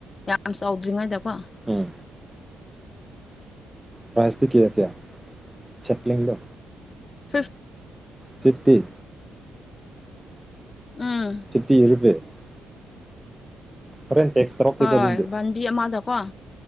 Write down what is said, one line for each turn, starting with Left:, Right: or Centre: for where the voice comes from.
Left: ꯌꯥꯝ ꯆꯥꯎꯗ꯭ꯔꯤꯉꯩꯗꯀꯣ
Centre: ꯎꯝ ꯄ꯭ꯔꯥꯏꯖꯇꯤ ꯀꯌꯥ ꯀꯌꯥ ꯆꯞꯂꯝꯕꯥ
Left: fifth
Centre: fifty
Left: um
Centre: fifty rupees ꯍꯣꯔꯦꯟ ꯇꯦꯛꯁ ꯇꯧꯔꯛꯀꯦꯀꯣ
Left: ꯍꯣꯏ
Centre: ꯑꯗꯨꯗꯤ
Left: ꯕꯟꯗꯤ ꯑꯃꯗꯀꯣ